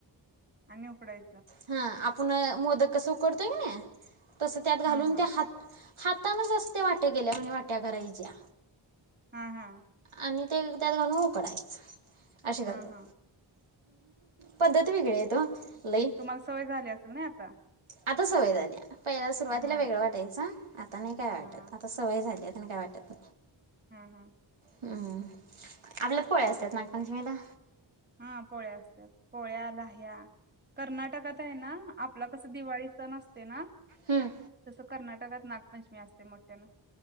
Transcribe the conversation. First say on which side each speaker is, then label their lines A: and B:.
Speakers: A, on the right; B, on the right.
A: आणि उकडाय
B: हा आपूण मोदक कस उकडतोय की नाय तस त्यात
A: हा
B: घालून
A: हा
B: त्या हात हाताानच असते वाट्या गेल्या म्हणजे वाट्या करायच्या
A: हा हा
B: आणि त्यात घालून उकडाचं. असे करतात
A: हा हा
B: पद्धत वेगळे आहेेत ओ लई
A: तुम्हा सवय झाली असेल नाय आता
B: आता सवय झाली. पहिलं सुरुवातीला
A: हा
B: वेगळं वाटायचं आता नाही काय
A: हा
B: वाटत आता सवय झाली आणि काय वाटत?
A: हूं हूं
B: हम्म आपल्या पोळ्या असतात नागपंचमीला
A: हा पोळ्या असत्यात पोळ्या,, लाह्या कर्नाटकात आहे ना आपला कसं दिवाळी सण असत ते न
B: हम्म
A: तस कर्नाटकात नागपंचमी असते मोठ्याना